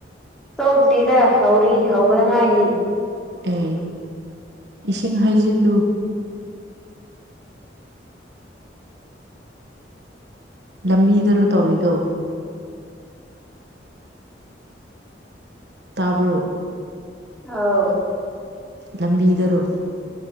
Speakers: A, in the centre; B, on the right.
A: ꯇꯣꯛꯗ꯭ꯔꯤꯗ ꯍꯧꯔꯤ ꯍꯧꯕꯗ ꯉꯥꯏꯔꯤ
B: ꯑꯦ ꯏꯁꯤꯡ ꯍꯩꯖꯤꯜꯂꯨ ꯂꯝꯕꯤꯗꯁꯨ ꯇꯧꯔꯤꯗꯣ ꯇꯥꯕ꯭ꯔꯣ
A: ꯑꯥꯎ
B: ꯂꯝꯕꯤꯗꯔꯣ